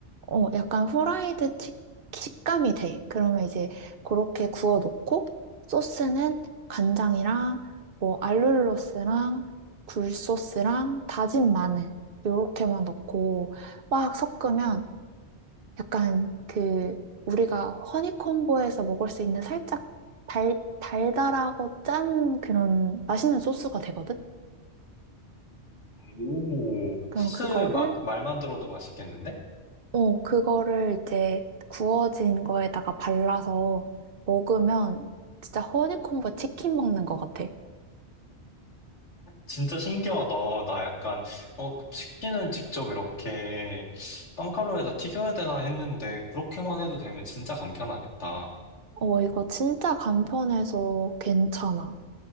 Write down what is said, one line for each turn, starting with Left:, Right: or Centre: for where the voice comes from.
Right: 어, 약간 후라이드 치, 식감이 돼. 그러면 이제 그렇게 구워 놓고 소스는 간장이랑 뭐 알룰로스랑 굴소스랑 다진 마늘 요렇게만 넣고 막 섞으면 약간 그 우리가 허니콤보에서 먹을 수 있는 살짝 달, 달달하고 짠 그런 맛있는 소스가 되거든?
Left: 오,
Right: 그럼
Left: 수제
Right: 그거를,
Left: 마- 말만 들어도 맛있겠는데?
Right: 어, 그거를 이제 구워진 거에다가 발라서 먹으면 진짜 허니콤보 치킨 먹는 것 같아.
Left: 진짜 신기하다. 나 약간, 어, 치킨을 직접 이렇게 빵가루에다 튀겨야 되나 했는데, 그렇게만 해도 되면 진짜 간편하겠다.
Right: 어, 이거 진짜 간편해서 괜찮아.